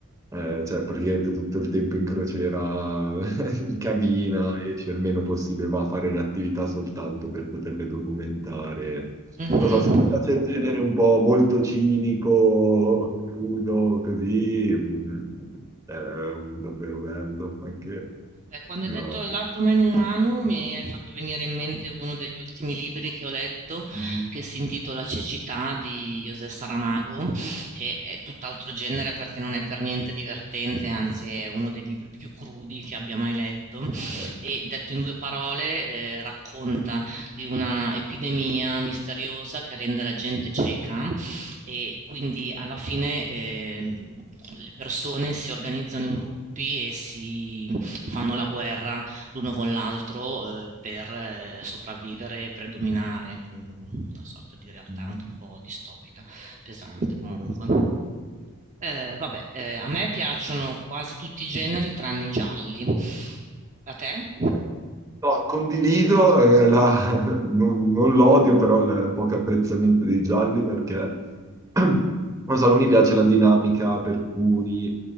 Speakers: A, on the right; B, on the right.
A: eh, cioè praticamente tutto il tempo in crociera, <laughs> in cabina, esce il meno possibile, va a fare le attività soltanto per poterle documentare.
B: Mh-mh.
A: Non so, se ti piace il genere un po' molto cinico, crudo, così, mm, è un- davvero bello anche.
B: Beh, quando
A: No.
B: hai detto il lato meno umano, mi hai fatto venire in mente uno degli ultimi libri che ho letto,
A: Mhm.
B: che si intitola Cecità di José Saramago, che è tutt'altro genere perché non è per niente divertente, anzi è uno dei libri più crudi che abbia mai letto.
A: Dai.
B: E detto in due parole, eh, racconta di una epidemia misteriosa che rende la gente cieca e quindi alla fine eh, le persone si organizzano in gruppi e si fanno la guerra l'uno con l'altro eh, per eh, sopravvivere e predominare, una sorta di realtà
A: Mhm.
B: anche un po' distopica, pesante comunque. Eh, vabbè, eh, a me piacciono quasi tutti i generi tranne i gialli. A te?
A: No, condivido, eh, la- <laughs> non, non l'odio, però il poco apprezzamento dei gialli perché <clears throat> non so, non mi piace la dinamica per cui